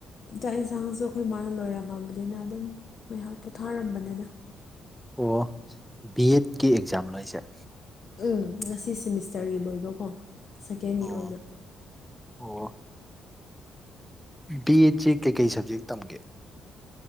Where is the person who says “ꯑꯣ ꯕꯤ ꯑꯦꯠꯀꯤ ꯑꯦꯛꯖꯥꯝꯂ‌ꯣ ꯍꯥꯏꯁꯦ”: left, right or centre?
Centre